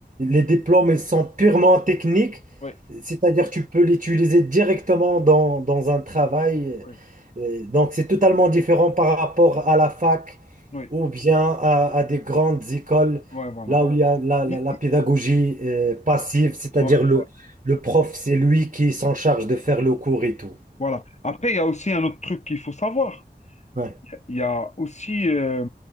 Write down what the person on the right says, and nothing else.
les diplômes, ils sont purement techniques,
c'est-à-dire tu peux l'utiliser directement dans, dans un travail.
Euh, Donc, c'est totalement différent par rapport à la fac
ou bien à, à des grandes écoles,
là où il y a la,
la- la
pédagogie euh, passive, c'est-à-dire
le, le prof, c'est lui qui s'en charge de faire le cours et tout.
Ouais.